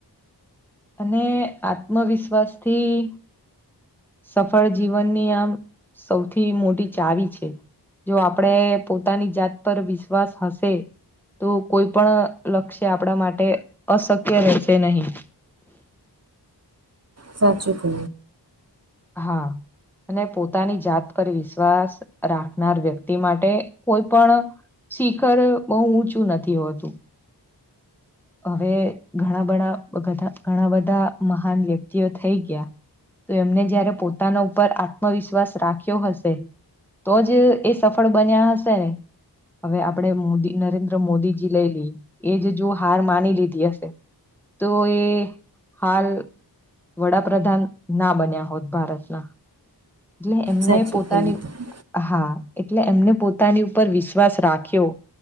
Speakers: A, in the centre; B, on the right (about 40°).
A: અને આત્મવિશ્વાસથી સફળ જીવનની આમ સૌથી મોટી ચાવી છે જો આપણેે પોતાની જાત પર વિશ્વાસ હશે તો કોઈ પણ લક્ષ્ય આપણા માટે અશક્ય રહેશે નહીં
B: સાચચી કુ
A: હા અને પોતાની જાત પર વિશ્વાસ રાખ નાર વ્યક્તિ માટે કોઈ પણ શિખર બહુ ઊંચું નથી હોતું હવે ઘણા બણા ઘણા બધા મહાન વ્યક્તિઓ થઈ ગયા તો એમને જયારે પોતાના ઉપર આત્મવિશ્વાસ રાખ્યો હશે તો જ એ સફળ બન્યા હશે ને હવે આપડે મોદી નરેન્દ્ર મોદીજી લઈ લ એજ જો હાર માની લીધી હશે તો એ હાલ વડાપ્રધાન ના બન્યા હોત ભારતના એટલે એમને
B: સાચું
A: પોતાની
B: કહ્યું તમે.
A: હા એટલે એમને પોતાની ઉપર વિશ્વાસ રાખ્યો